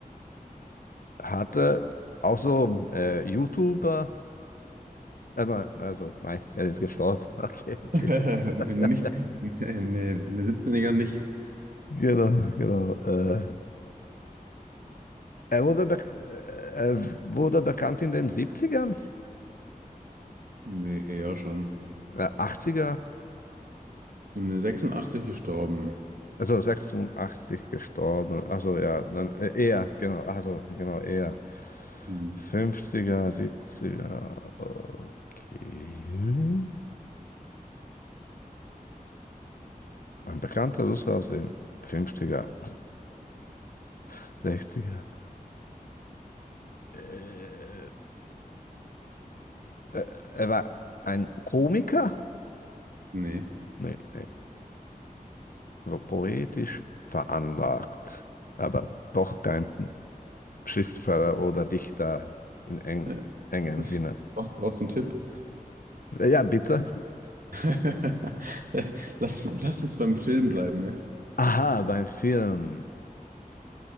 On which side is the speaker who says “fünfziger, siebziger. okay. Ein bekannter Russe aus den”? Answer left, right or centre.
Left